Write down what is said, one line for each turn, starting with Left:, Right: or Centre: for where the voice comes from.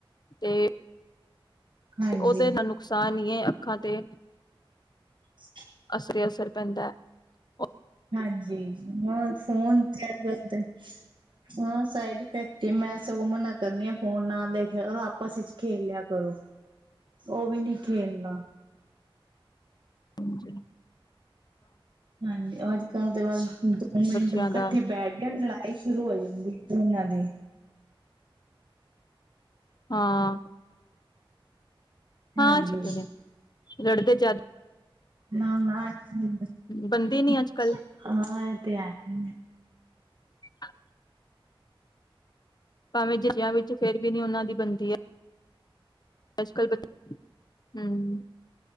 Left: ਤੇ
Right: ਹਾਂਜੀ।
Left: ਉਹਦੇ ਹਾਂ ਨੁਕਸਾਨ ਹੀ ਐ। ਅੱਖਾਂ ਤੇ
Right: ਹ
Left: ਅਸਰ ਈ ਅਸਰ ਪੈਂਦਾ ਐ।
Right: ਹਾਂਜੀ। ਹਾਂ ਫੋਨ ਤਿਆਰੀ ਕਰਦੇ ਹਾਂ। ਸਾਈਡ ਇਫੈਕਟ ਹੀ ਮੈਂ ਸਗੋਂ ਮਨਾ ਕਰਨੀ ਆ ਫੋਨ ਨਾ ਦੇਖਿਆ ਕਰੋ, ਆਪਸ ਵਿੱਚ ਖੇਲ ਲਿਆ ਕਰੋ। ਉਹ ਵੀ ਨਹੀਂ ਖੇਲਣਾ
Left: ਹਾਂਜੀ।
Right: ਹਾਂਜੀ ਅੱਜ ਤਾਂ ਉਹਦੇ ਬਾਅਦ ਦੋ ਮਿੰਟ
Left: ਬੱਚਿਆਂ
Right: ਇਕੱਠੇ
Left: ਦਾ
Right: ਬੈਠ ਜਾਣ ਲੜਾਈ ਸ਼ੁਰੂ ਹੋ ਜਾਂਦੀ, ਦੋਨਾਂ ਦੀ
Left: ਹਾਂ। ਹਾਂ,
Right: ਹਾਂਜੀ,
Left: ਛੁੱਟੇ ਨੇ। ਰੜਦੇ ਜ਼ਦ
Right: ਹਾਂ ਹਾਂ <unintelligible>
Left: ਬਣਦੀ ਨੀ ਅੱਜ ਕੱਲ
Right: ਹਾਂ ਹਾਂ। ਤੇ ਆ ਹੀ ਨੇ।
Left: ਹਮ ਭਾਵੇਂ ਜਸ਼ਿਆਂ ਵਿੱਚ ਫਿਰ ਵੀ ਨਹੀਂ ਉਹਨਾਂ ਦੀ ਬਣਦੀ ਐ। ਅੱਜ ਕੱਲ੍ਹ ਬੱ ਹੂੰ।